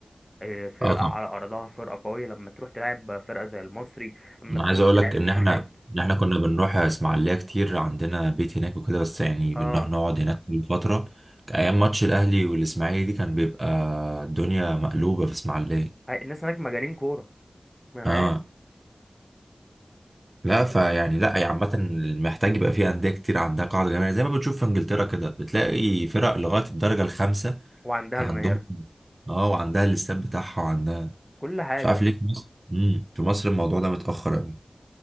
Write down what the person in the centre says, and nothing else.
آه، فرقة
على أرضها فرقة قوية لما تروح تلعب فرقة زي المصري لما
تروح
تلعب
الاتحاد
اه
هاي- الناس هناك مجانين كورة ما أنا
عارف
بس
وعندها
جماهير
كل حاجة